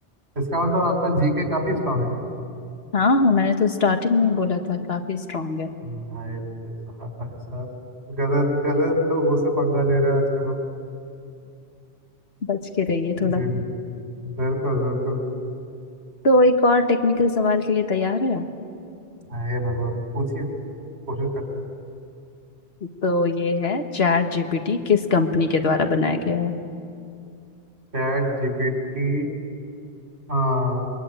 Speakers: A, on the right; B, on the left.
A: इसका मतलब आपका जीके काफी स्ट्रांग है नहीं
B: हाँ हाँ मैंने तो स्टार्टिंग में ही बोला था काफी स्ट्रांग है
A: हम्म, भाई भाई साहब भाई साहब गलत गलत लोगों से पंगा ले रहे हैं आजकल हम
B: बच के रहिए थोड़ा
A: जी जी बिल्कुल बिल्कुल
B: तो एक और टेक्निकल सवाल के लिए तैयार है आप?
A: अरे भगवान पूछिए कोशिश करता हूँ
B: तो ये है चैट जीपीटी किस कंपनी के द्वारा बनाया गया है
A: Chat GPT हाँ